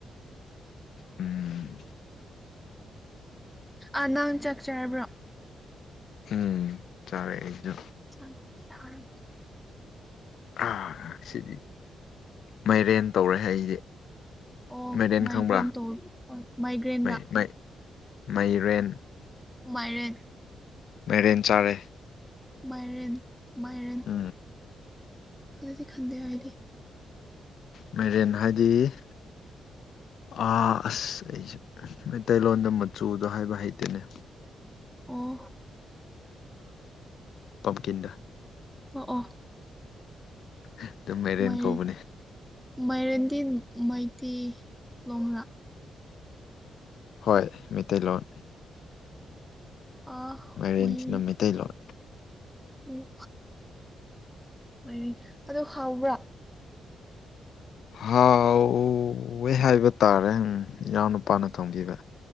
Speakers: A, on the left (about 70°); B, in the centre.
A: ꯎꯝ
B: ꯑ ꯅꯪ ꯆꯥꯛꯆꯔꯕ꯭ꯔꯣ
A: ꯎꯝ ꯆꯥꯔꯦ ꯑꯩꯖꯨ
B: <unintelligible>
A: ꯑ ꯁꯤꯔꯤ ꯃꯥꯏꯔꯦꯟ ꯇꯧꯔꯦ ꯍꯥꯏ ꯑꯩꯁꯦ
B: ꯑꯣ
A: ꯃꯦꯗꯥꯦꯟ
B: ꯃꯥꯏꯒ꯭ꯔꯦꯟ
A: ꯈꯪꯕ꯭ꯔ
B: ꯇꯧ ꯍꯣꯏ ꯃꯥꯏꯒ꯭ꯔꯦꯟꯔꯥ
A: ꯃ ꯃꯥꯏ ꯃꯩꯔꯦꯟ
B: ꯃꯥꯏꯔꯦꯟ
A: ꯃꯩꯔꯦꯟ ꯆꯥꯔꯦ
B: ꯃꯥꯏꯔꯦꯟ ꯃꯥꯏꯔꯦꯟ
A: ꯎꯝ
B: ꯑꯗꯨꯗꯤ ꯈꯟꯗꯦ ꯍꯥꯏꯗꯤ
A: ꯃꯥꯏꯔꯦꯟ ꯍꯥꯏꯗꯤ ꯑꯁ ꯑꯩꯁꯦ ꯃꯩꯇꯩꯂꯣꯟꯗ ꯃꯆꯨꯗꯣ ꯍꯥꯏꯕ ꯍꯩꯇꯅꯦ
B: ꯑꯣ
A: ꯄꯝꯀꯤꯗ
B: ꯑꯣ ꯑꯣ
A: ꯑꯗꯨꯝ ꯃꯦꯔꯦꯟ
B: ꯃꯥꯏꯔꯦꯟ
A: ꯀꯧꯕꯅꯤ
B: ꯃꯥꯏꯔꯦꯟꯗꯤ ꯃꯩꯇꯩ ꯂꯣꯡꯡꯂꯥ
A: ꯍꯣꯏ ꯃꯩꯇꯩꯂꯣꯟ
B: ꯑꯥ
A: ꯃꯥꯏꯔꯦꯟꯁꯤꯅ
B: ꯃꯥꯏꯔꯦꯟ
A: ꯃꯩꯇꯩꯂꯣꯟ
B: ꯎꯝ ꯃꯔꯤ ꯑꯗꯣ ꯍꯥꯎꯕ꯭ꯔꯥ <unintelligible>
A: ꯍꯥꯎꯋꯦ ꯍꯥꯏꯕ ꯇꯥꯔꯦꯪ ꯏꯅꯥꯎ ꯅꯨꯄꯥꯅ ꯊꯣꯡꯈꯤꯕ